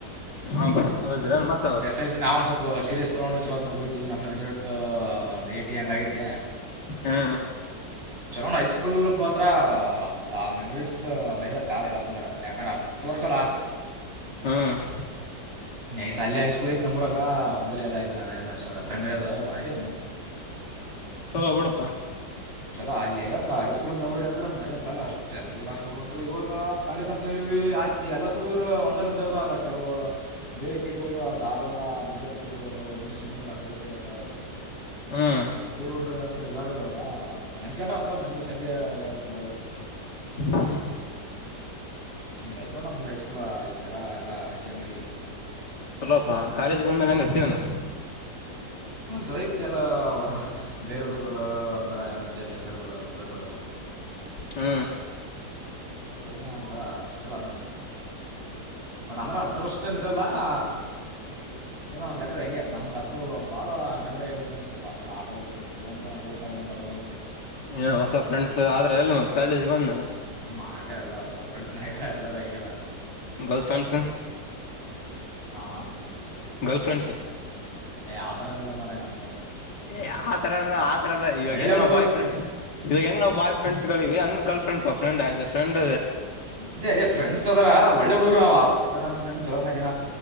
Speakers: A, on the left; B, on the right.
A: ಹಾ ಬತ್ತದ್ರ ಮತ್ತ
B: ಸ್ವಲ್ಪ ಎಸ್ ಎಲ್ ಸಿ ನಾವವು ಒಂದು ಸ್ವಲ್ಪ ಸೀರಿಯಸ್ ತೊಗೊಂಡು ಚಲೋತ್ನಾಗ ಓದ್ವಿ ನಮ್ ರಿಸಲ್ಟ್ ಒಂದು ಈಟಿ ಎಂಗ ಆಗೈತೆ
A: ಹಾ
B: ಚಲೋಣ ಹೈ ಸ್ಕೂಲ್ ಪತ್ರ ಆ ಮೆಮರೀಸ್ ಮರ್ಯಾದಾ ಕಾಲ ಇಲ್ಲಂದ ಯಾಕ್ರ ತೋರ್ಸಲ
A: ಹ್ಮ್
B: ನೈಸ್ ಅಲ್ಲಿ ಹೈಸ್ಕೂಲ್ ಐತ್ ನಮ್ಮೂರಾಗ ಒಂದಲ್ಲ ಎಲ್ಲಐ ಎಲ್ಲ ಪ್ರೆಮಿರ್ ಅದ ಭಾರಿ ನೂನು <inaudible>
A: ಹೊ ಬಿಡಪ್ಪಾ
B: ಚಲೋ ಅಲ್ಲಿ ಆಗ ಹೈಸ್ಕೂಲ್ ಮೆಮೋರಿ ಅಂತ್ರ ಮರಿ ಯಕಾಗಲ ಅಷ್ಟ ಎಲ್ಲ ಸುರ ಅಂತ ಇವಾಗ ಕಾಲೇಜ್ ಅಂತ ಆಯ್ತಿ ಎಲ್ಲ ಸ್ಕೂಲು ಒಂದಲಂದದ ಅಲ್ಲ ಕೆಲವು ಬೇರೆ ಕಡೆ ಹೋಗ ಧಾರವಾಡ ಬಿಜಾಪುರ್ ಇ ಸಂ ಆ ಕಡೆ ಕಡೆ ಆತ್ತ
A: ಹ್ಮ್
B: ಅದೇ ಹುಡ್ರ ಅಂತ ಎಲ್ಲೂ ಇವಾಗ ನೆನೆಸ್ಕೊಡ್ರೆಒಂಥರಾ ಮೆಮರಿ ಇದಾಗತಡೋದಲ್ಲ ರಸ
A: ಹ್ಮ್
B: ಹ ಐತ್ ನೋಡ ಮುಮ್ದ್ ಐ ಸ್ಕೂಲ್ ಈ ತರ ಎಲ್ಲಾ ಎಂಜಾಯ್ ಮಾಡೀ
A: ಅಲ್ಲೋ ಅಪ್ಪ ಕಾಲೇಜ್ ಬಂದ ಮೇಲೆ ಅಗ್ಗ ಇರ್ತಿವೆನು
B: ಜೋಯತಿ ಎಲ್ಲ ಹೊರ ಬೇರೆ ಹುಡುಗರು ಒಂತರ ಎಲ್ಲ ಬೇರೆ ಲೆಚ್ಚರ್ಗಳು ಸರ್ ಗಳು <inaudible>
A: ಹ್ಮ್
B: ಇದ ಒಂಥರ ಚಲೋ ಅಂದ್ರ ಬಟ್ ಅಂದ್ರೆ ಅದ್ರಷ್ಟೇನ್ ಇ ಇದಲ್ಲ ಹ ಇರೋ ಒಂದ್ ಲೆಕ್ಕದಾಗ ನಮ್ಗೆ ಅದು ಬಾಳ ಮೆಮೊರಿಗಳು ಕಪ್ಪಾ ಎಲ್ಲ ಆಟಗಳು ಪ್ರತಿ ಒಂದು ಊಟ ಬಂತು ಅದು ಬಂತು
A: ಹ ಹೊಸ ಫ್ರೆಂಡ್ಸ್ ಆದ್ರ ಎಲ್ಲ ಮ ಕಾಲೇಜ್ ಬಂದಲ್ಲ
B: ಹ್ಮ್ ಹೊಸ ಫ್ರೆಂಡ್ಸ್ ಆಗ್ಯಾರ ಎಲ್ಲಾರು ಆಗ್ಯಾರ
A: ಗರ್ಲ್ಫ್ರೆಂಡ್ಸ್
B: ಹಾ
A: ಗರ್ಲ್ಫ್ರೆಂಡ್ಸ್
B: ಏ ಆತರನ ಏನಿಲ್ಲ ಮಾರಾಯ ನಮಗ
A: ಏ ಆ ತರ ಎಲ್ಲ ಆ ತರ ಎಲ್ಲ ಇವಾಗ
B: ಒಳ್ಳೆ
A: ಹೆಂಗ
B: ಹುಡುಗರು
A: ನಾವ್ ಬಾಯ್ ಫ್ರೆಂಡ್ಸ್ ಇವಾಗ ಹೆಂಗ್ ನಾವ್ ಬಾಯ್ ಫ್ರೆಂಡ್ ಫ್ರೆಂಡ್ಸ್ ಗಳಿಗೆ ಹಂಗ ಗರ್ಲ್ಫ್ರಂಡಫ್ರ ಆಸ್ ಫ್ರೆಂಡ್
B: ಅದೇ ಅದೇ ಫ್ರೆಂಡ್ಸ್ ಅದರ ಒಳ್ಳೆ ಹುಡುಗರು ನಾವ್ ಆತರ ನ ಚೊಲತ್ನಾಗ